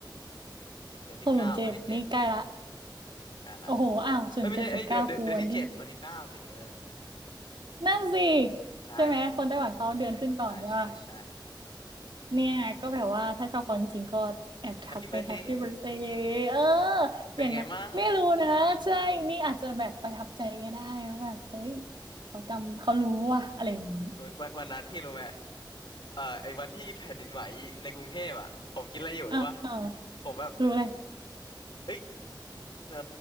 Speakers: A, on the left (about 70°); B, on the right (about 70°).
A: เดือนที่เก้าวันที่เจ็ด
B: ศูนย์เจ็ดนี่ใกล้ละ
A: ใกล้ละ
B: โอ้โหอ้าวศูนย์เจ็ดศูนย์เก้าคือวันที่
A: เอ้ยไม่ใช่เอ้ยเดือนเดือนเดือนที่เจ็ดวันที่เก้าสิเออ
B: นั่นสิ
A: ใช่
B: ใช่ไหมคนไต้หวันเขาเดือนขึ้นก่อนใช่ป่ะ
A: ใช่ใช่ใช่
B: เนี่ยก็แบบว่าถ้าชอบเขาจริงๆก็แอบทักไปแฮปปี้เบิร์
A: แฮปปี้เบิร์ดเดย์
B: a เดย์เออ
A: เป็นไงมั่ง
B: อย่างนะไม่รู้นะใช่นี่อาจจะแบบประทับใจก็ได้ว่าแบบเฮ้ยเขาจำเขารู้ว่ะอะไรอย่างนี้
A: เอ้ยวันวันนั้นพี่รู้ไหม เอ่อไอ้วันที่แผ่นดินไหวในกรุงเทพอ่ะผมคิดอะไรอยู่หรือวะ
B: อ่า
A: ผมแบบ
B: รู้เลย
A: เอ้ยเออ